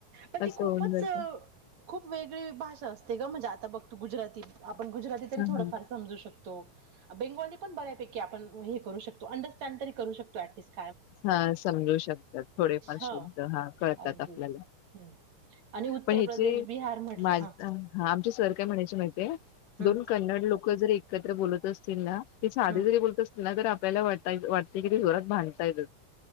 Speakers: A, on the right; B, on the left.
A: पण ती
B: असं
A: खूपच
B: होऊन जात
A: खूप वेगळी भाषा असते म्हणजे आता बघत गुजराती आपण गुजराती तरी
B: ह
A: थोडंफार
B: ह
A: समजू शकतो बेंगोली पण बऱ्यापैकी आपण हे करू शकतो अंडरस्टँड तरी करू शकतो ऍटलीस्ट.
B: हा समजू शकतात थोडेफार
A: ह
B: शब्ध हा कळतात
A: अगदीच
B: आपल्याला
A: हम्म आणि उत्तर
B: पण हिचे
A: प्रदेश बिहार म्हटलं
B: नाय
A: हा
B: हं आमचे सर काय म्हणायचे मा अं
A: हा
B: दोन कन्नड लोक जरी एकत्र बोलत असतील ना, ते साधे
A: हा
B: जरी बोलत असतील ना तर आपल्याला वाटता वाटते कि जोरात भांडतायच